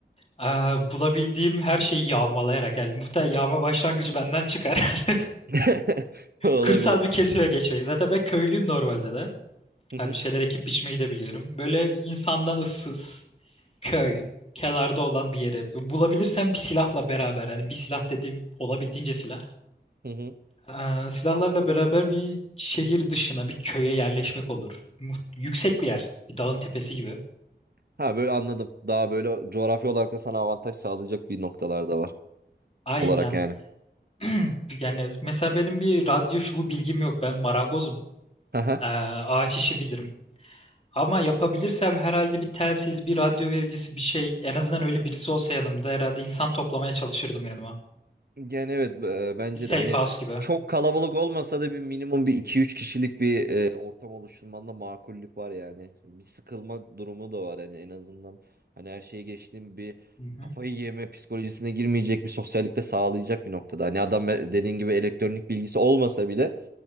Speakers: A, on the left; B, on the right.
A: aa, bulabildiğim her şeyi yağmalayarak yani muhtemelen yağma başlangıcı benden çıkar. <laughs>
B: <laughs> Olabilir.
A: Kırsal bir kesime geçmek. Zaten ben köylüyüm normalde de.
B: Hı
A: Ha,
B: hı,
A: bir şeyler ekip biçmeyi de biliyorum. Böyle insandan ıssız, köy, kenarda olan bir yere. Bulabilirsem bir silahla beraber. Yani bir silah dediğim olabildiğince silah.
B: hı hı.
A: Ee, silahlarla beraber bir şehir dışına, bir köye yerleşmek olur. Mu- Yüksek bir yer, bir dağın tepesi gibi.
B: Ha böyle anladım. Daha böyle coğrafi olarak da sana avantaj sağlayacak bir noktalar da var.
A: Aynen.
B: Olarak yani.
A: <clears throat> Yani mesela benim bir radyo şubu bilgim yok. Ben marangozum.
B: <laughs>
A: Ee, ağaç işi bilirim. Ama yapabilirsem herhalde bir telsiz, bir radyo vericisi bir şey. En azından öyle birisi olsa yanımda herhalde insan toplamaya çalışırdım yanıma.
B: Yani evet e, bence
A: Bir safe
B: de hani
A: house gibi.
B: çok kalabalık olmasa da bir minimum bir iki üç kişilik bir e, ortam oluşturmanda makullük var yani. Bir sıkılma durumu da var hani en azından hani her şeye geçtiğim bir
A: Hı hı.
B: kafayı yeme psikolojisine girmeyecek bir sosyallik de sağlayacak bir noktada. Hani adam e, dediğin gibi elektronik bilgisi olmasa bile